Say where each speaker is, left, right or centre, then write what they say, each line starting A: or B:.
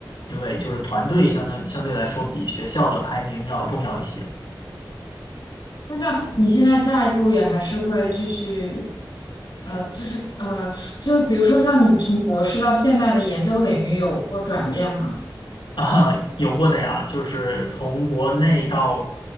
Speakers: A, on the left; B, on the left.
A: 因为就是团队相当相对来说比学校的排名要重要一些。
B: 那像你现在下一步也还是会继续，呃，就是呃，就比如说像你从博士到现在的研究领域有过转变吗？
A: 啊，有过的呀，就是从国内到